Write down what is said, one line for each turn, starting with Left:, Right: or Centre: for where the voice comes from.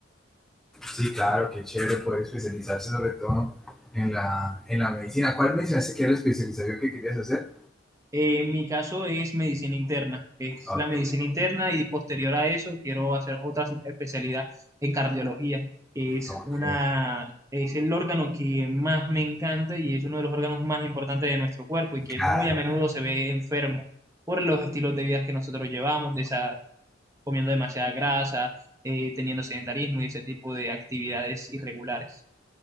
Centre: Sí, claro, qué chévere poder especializarse sobre todo en la, en la medicina. ¿Cuál mencionaste que era la especialización que querías hacer?
Right: Eh, en mi caso es medicina interna, es
Centre: Ok,
Right: la medicina interna y posterior a eso quiero hacer otra especialidad en cardiología, que es
Centre: ok,
Right: una, es el órgano que más me encanta y es uno de los órganos más importantes de nuestro cuerpo y que
Centre: ok, claro.
Right: muy a menudo se ve enfermo por los estilos de vida que nosotros llevamos, de esa- comiendo demasiada grasa, eh, teniendo sedentarismo y ese tipo de actividades irregulares.